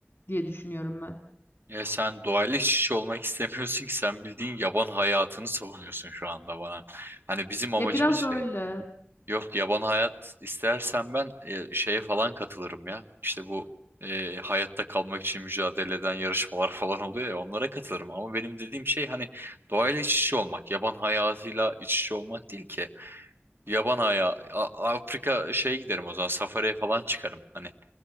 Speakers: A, on the left; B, on the right.
A: diye düşünüyorum ben.
B: Ya sen doğayla iç içe olmak istemiyorsun ki sen bildiğin yaban hayatını savunuyorsun şu anda bana. Hani bizim amacımız
A: Ya biraz
B: şey.
A: öyle.
B: Yok yaban hayat istersen ben e, şeye falan katılırım ya. İşte bu e, hayatta kalmak için mücadele eden yarışmalar <laughs> falan oluyor ya onlara katılırım. Ama benim dediğim şey hani doğayla iç içe olmak. Yaban hayatıyla iç içe olmak değil ki. Yaban haya A- Afrika şeye giderim o zaman safariye falan çıkarım. Hani